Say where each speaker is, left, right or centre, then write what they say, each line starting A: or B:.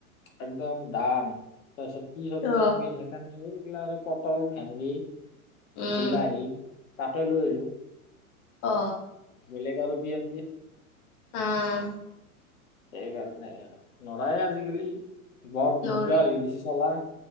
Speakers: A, on the left; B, on the left.
A: একদম দাম তাৰপিছত কি চব্জি
B: ৰ
A: আনবি, সেইকাৰণে এই এইগ্লা আৰু পটল, ভেন্দি।
B: উম
A: বিলাহী, তাকে লৈ আহিলো।
B: অ।
A: বেলেগ আৰু কি আনবি।
B: উম।
A: সেইকাৰণে নোৱাৰে আজিকালি বৰ
B: নৰি
A: দিগদাৰ হৈ গৈছে চলা।